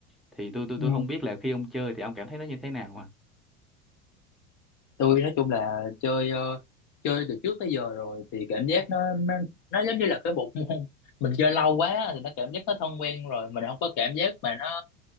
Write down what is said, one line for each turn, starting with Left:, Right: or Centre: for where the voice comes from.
Centre: thì tôi tôi
Left: Ừ.
Centre: tôi không biết là khi ông chơi thì ông cảm thấy nó như thế nào à
Left: tôi nói chung là chơi ờ, chơi từ trước tới giờ rồi thì cảm giác nó nó, nó giống như là cái bộ môn <laughs> mình chơi lâu quá thì nó cảm giác nó thân quen rồi mình không có cảm giác mà nó